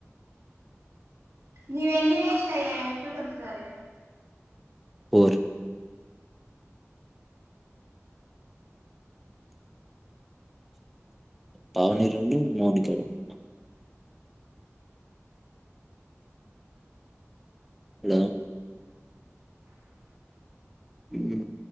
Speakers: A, on the right; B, in the centre.
A: నవేన్నివేస్తాయ చూడు ఒక సరే
B: ఫోర్ పావని రెండు మౌనిక రెండు హలో ఊ